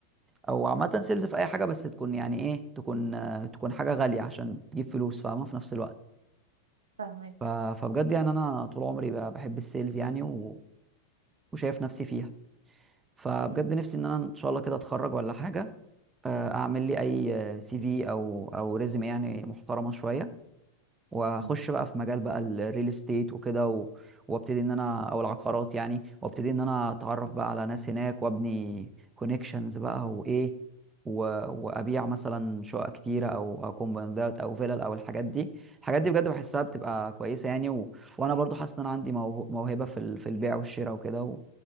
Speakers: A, on the right; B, on the right.
A: او عامه سيلز في اي حاجه بس تكون يعني ايه تكون آه، تكون حاجه غاليه عشان تجيب فلوس فاهمه في نفس الوقت
B: فاهمك
A: ف... فبجد يعني انا طول عمري ب- بحب السيلز يعني و... وشايف نفسي فيها فبجد
B: مم.
A: نفسي ان انا ان شاء الله كده اتخرج ولا حاجه آه، اعمل لي اي سي في او او ريزمي يعني محترمه شويه واخش
B: مم.
A: بقى في مجال بقى الريل استيت وكده و- وابتدي ان انا او العقارات يعني وابتدي ان انا اتعرف بقى على ناس هناك وابني كونكشنز بقى وايه و... وابيع مثلا شقق كتيره او او كومباوندات او فيلل او الحاجات دي الحاجات دي بجد بحسها بتبقى كويسه يعني و... وانا برضو حاسس ان انا عندي موهو- موهبه في ال... في البيع والشراء وكده و...